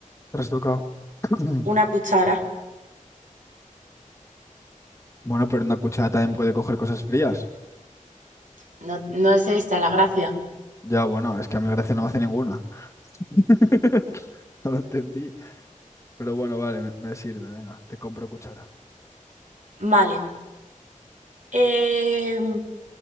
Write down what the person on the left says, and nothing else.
trastocado. <clears throat>
Bueno, pero una cuchara también puede coger cosas frías.
Ya, bueno, es que a mi gracia no me hace ninguna. <laughs> No lo entendí. Pero bueno, vale, me, me sirve, venga, te compro cuchara.